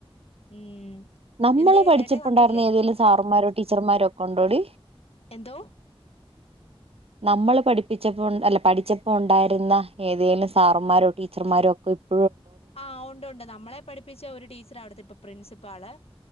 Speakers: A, on the left; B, on the right.
A: ഉം
B: നമ്മള്
A: എന്ത്യേ
B: പഠിച്ചപ്പുണ്ടായിരുന്ന
A: ചേട്ടായി വന്നില്ലേ
B: ഏതേലും സാറുമാരു ടീച്ചർമാരൊക്കെണ്ടോടി
A: എന്തോ
B: നമ്മള് പഠിപ്പിച്ചപ്പോ ഉണ് അല്ല പഠിച്ചപ്പോ ഉണ്ടായിരുന്ന ഏതേങ്കിലും സാറന്മാരോ ടീച്ചർമാരോ ഒക്കെ ഇപ്
A: ആ ഉണ്ട് ഉണ്ട് നമ്മളെ പഠിപ്പിച്ച ഒരു ടീച്ചറാ അവിടുത്തെ ഇപ്പൊ പ്രിൻസിപ്പാള്